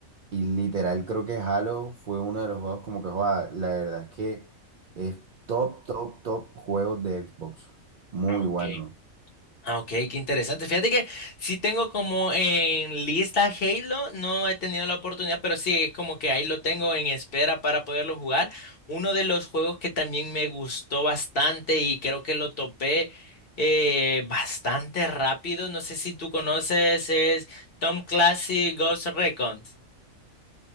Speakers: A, on the right; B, on the left.
A: Y literal creo que Halo fue uno de los juegos como que joda, La verdad es que es top, top, top juegos de Xbox. Muy
B: Ah, ok.
A: bueno.
B: Ah, ok, qué interesante. Fíjate que sí tengo como en lista Halo, no he tenido la oportunidad, pero sí es como que ahí lo tengo en espera para poderlo jugar. Uno de los juegos que también me gustó bastante y creo que lo topé eh, bastante rápido, no sé si tú conoces, es Tom Clancy Ghost Recon.